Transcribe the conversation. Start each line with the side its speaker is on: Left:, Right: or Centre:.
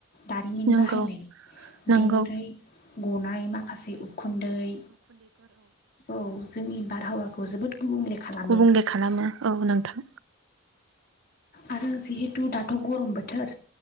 Left: दारिमिन
Right: नंगौ
Left: बाहायनाय
Right: नंगौ
Left: बेनि बे गनाय माखासे उखुन्दै औ जोंनि बारहावाखौ जोबोद गुबुंले खालामो
Right: गुबुंले खालामो औ नोंथां
Left: आरो जिहेथु दाथ' गरम बोथोर